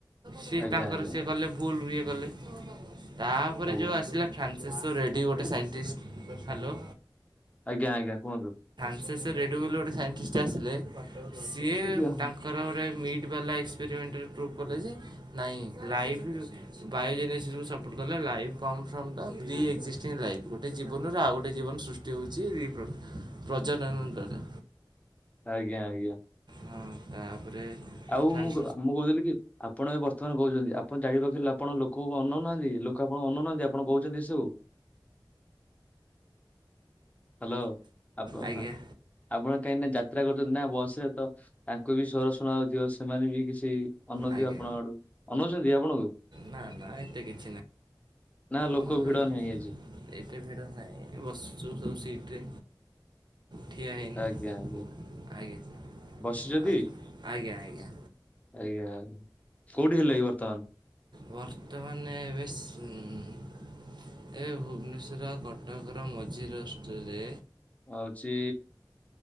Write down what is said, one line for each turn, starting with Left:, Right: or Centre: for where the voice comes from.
Right: ସି
Left: ଆଜ୍ଞା
Right: ତାଙ୍କର
Left: ଆଜ୍ଞା ଆଜ୍ଞା।
Right: ସିଏ କଲେ ଭୁଲ ଇଏ କଲେ ତାପରେ
Left: ଆଜ୍ଞା
Right: ଯୋଉ ଆସିଲା ଫ୍ରାନ୍ସିସ୍। ତ ରେଡି ଗୋଟେ ସାଇଣ୍ଟିଷ୍ଟ ହ୍ୟାଲୋ।
Left: ଆଜ୍ଞା ଆଜ୍ଞା କୁହନ୍ତୁ।
Right: ପ୍ରଫେସର ରେଡ଼ୁ ବୋଲି ଗୋଟେ ସାଇଣ୍ଟିଷ୍ଟ ଆସିଲେ ସିଏ
Left: ଆଜ୍ଞା
Right: ତାଙ୍କର ଗୋଟେ ମି୍ ଲା ଏକ୍ସପେରିମେଣ୍ଟରେ ପ୍ରୁଭ୍ କଲେ ଯେ ନାଇଁ ଲାଇଫ ବାୟୋଜେନେସୁ ସପୋର୍ଟ କଲେ। ଲାଇଭ କନ ଫ୍ରମ ଟା ଦିଏଗ ଶିଷ୍ଟିମ ଲାଇଫ୍ ଗୋଟେ ଜୀବନରେ ଆଉ ଗୋଟେ ଜୀବନ ସୃଷ୍ଟି ହେଉଛି ପ୍ରଜନନ ଦ୍ଵାରା।
Left: ଆଜ୍ଞା ଆଜ୍ଞା।
Right: ହଁ ତାପରେ
Left: ଆଉ
Right: ଫ୍ରାନ୍ସ
Left: ମୁଁ ମୁଁ କହୁଥିଲି କି ଆପଣ ଏ ବର୍ତ୍ତମାନ କହୁଛନ୍ତି ଆପଣ ଜାଣି ପାଖ ଆପଣ ଲୋକ ଅନଉନାହାନ୍ତି ଲୋକ ଆପଣଙ୍କୁ ଅନନାହାନ୍ତି ଆପଣ କହୁଛନ୍ତି ଏ ସବୁ। ହ୍ୟାଲୋ ଆପ
Right: ଆଜ୍ଞା
Left: ଆପଣ କାହିଁକିନା ଯାତ୍ରା କରୁଛନ୍ତି ନା ବସ୍। ତ ତାଙ୍କୁ ବି ସ୍ୱର ଶୁଣାଥିବ ସେମାନେ ବି କିଛି ଅନଉଥିବେ
Right: ଆଜ୍ଞା
Left: ଆପଣଙ୍କ ଆଡୁ। ଅନଉଛନ୍ତି ଆପଣଙ୍କୁ।
Right: ନା ନା ଏତେ କିଛି ନାହିଁ
Left: ନା ଲୋକ
Right: ଅନ ସେମିତି
Left: ଭିଡ ନାହିଁ ଆଜି।
Right: ଏତେ ଭିଡ଼ ନାହିଁ ବସୁଛୁ ସବୁ ସିଟ୍ରେ। ଠିଆହେଇନୁ
Left: ଆଜ୍ଞା ଆଜ୍ଞା
Right: ଆଜ୍ଞା
Left: ବସିଛନ୍ତି
Right: ଆଜ୍ଞା ଆଜ୍ଞା।
Left: ଆଜ୍ଞା କୋଉଠି ହେଲେ ଏ ବର୍ତ୍ତମାନ।
Right: ବର୍ତ୍ତମାନ ଏବେ ଶିଉଁ ଏ ଭୁବନେଶ୍ୱର କଟକର ମଝି ରାଷ୍ଟରେ।
Left: ହଉଛି